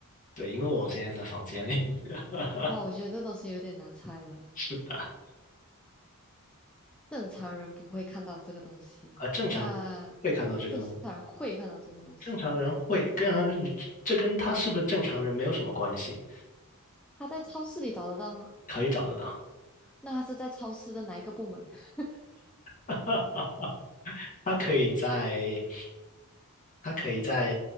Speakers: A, on the left; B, in the centre.
A: 对，因为我现在在房间里。<laughs>
B: 哇，我觉得这东西有点难猜了。
A: 是的，
B: 正常人不会看到这个东西，
A: 啊，正常
B: 那正常人会看到这个东西。
A: 会看到这个东西，正常人会跟他这跟他是不是正常人没有什么关系，
B: 他在超市里找得到吗？
A: 可以找得到。
B: 那他是在超市的哪一个部门？<laughs>
A: <laughs> 他可以在，他可以在，